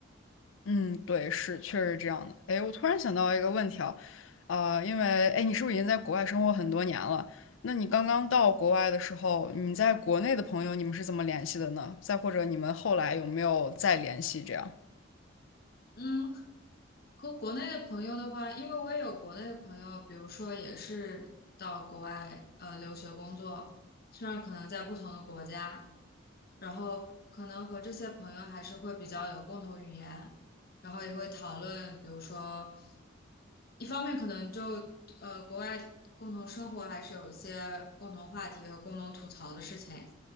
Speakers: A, on the left (about 75°); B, on the left (about 50°).
A: 嗯，对，是确实是这样的。哎，我突然想到一个问题啊，啊、因为哎，你是不是已经在国外生活很多年了？那你刚刚到国外的时候，你在国内的朋友，你们是怎么联系的呢？再或者你们后来有没有再联系这样？
B: 嗯，和国内的朋友的话，因为我也有国内的朋友，比如说也是到国外呃留学工作，虽然可能在不同的国家，然后可能和这些朋友还是会比较有共同语言，然后也会讨论，比如说，一方面可能就呃国外共同生活还是有一些共同话题和共同吐槽的事情，